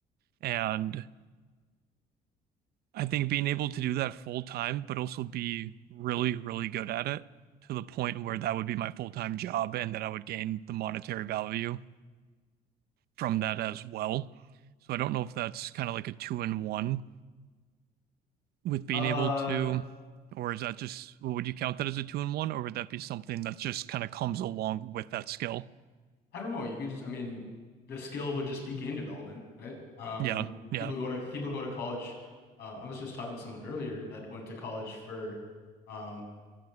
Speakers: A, on the right; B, on the left.
A: And I think being able to do that full time, but also be really, really good at it to the point where that would be my full time job and that I would gain the monetary value from that as well. So I don't know if that's kind of like a two in one with being
B: Uh,
A: able to, or is that just, well, would you count that as a two in one, or would that be something that just kind of comes along with that skill?
B: I don't know. You could just, I mean, the skill would just be game development, right? Um,
A: Yeah, yeah.
B: people go to people go to college. Um, I was just talking to someone earlier that went to college for. um,